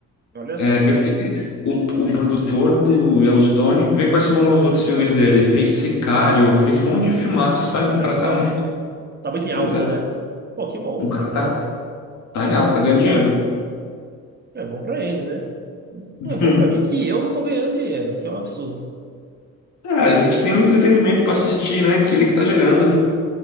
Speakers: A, on the right; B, on the left.
A: Olha
B: É,
A: só,
B: pesquisei o, o produtor do Yellowstone, vê quais são os outros filmes dele. Fez Sicário, fez um monte de filmaço, sabe?
A: olha
B: O cara
A: só,
B: tá muito.
A: tá muito em alta,
B: Pois é.
A: né? Pô, que bom,
B: O cara
A: que bom.
B: tá Tá em alta, tá ganhando dinheiro.
A: É bom pra ele, né?
B: <laughs>
A: Não é bom pra mim que eu não tô ganhando dinheiro, que é um absurdo.
B: Ah, a gente tem um entretenimento pra assistir, né? Que ele que tá gerando.